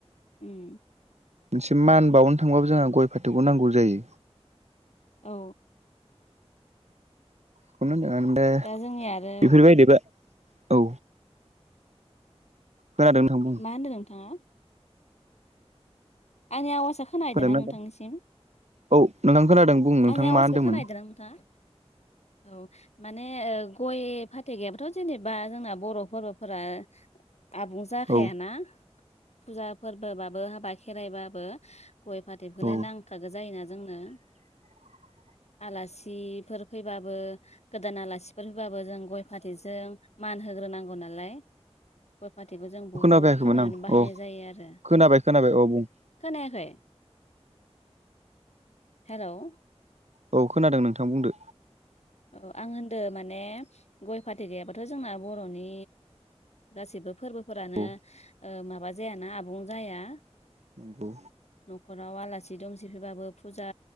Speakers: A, on the left; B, on the right.
A: उम
B: मोनसे मान बावनो थांबाबो जोंहा गय फाथोखौ नांगौ जायो
A: औ
B: खौनो होनदों ओमफ्राय
A: दा जोंनिया आरो
B: बेफोरबायदिबा औ खोनादों नोंथां बुं
A: मा होन्दों नोंथाङा आंनि आवाजा खोनायदना
B: खोनादोंना
A: नोंथांनिसिम
B: औ नोंथां खोनादों बुं नोंथां
A: आंनि आवाजखौ
B: मा होनदोंमोन
A: खोनददों आ नोंथाङा औ माने गय फाथै गैयाबाथ' जेनेबा जोंना बर' फोरबोफोरा आबुं जाखायाना
B: औ
A: फुजा फोरबोबाबो हाबा खेराइबाबो गय फाथैखौलाय
B: औ
A: नांखागौ जायोना जोंनो
B: <inaudible>
A: आलासिफोर फैबाबो गोदान आलासिफोर होबाबो जों गय फाथैजों मान होग्रोनांगौ नालाय गय फाथैखौ जों बुहुत
B: खोनाफैयाखैमोन
A: खामानियावनो
B: आं
A: बाहायनाय
B: औ
A: जायो आरो
B: खोनाबाय खोनाबाय औ बुं
A: खोनाखै हेल'
B: औ खोनादों नोंथां बुंदो
A: औ आं होनदों माने गय फाथै गैयाबाथ' जोंना बर'नि गासिबो फोरबो फोरानो
B: औ
A: माबा जायाना आबुं जाया
B: नंगौ
A: न'खराव आलासि दुमसि फैबाबो फुजा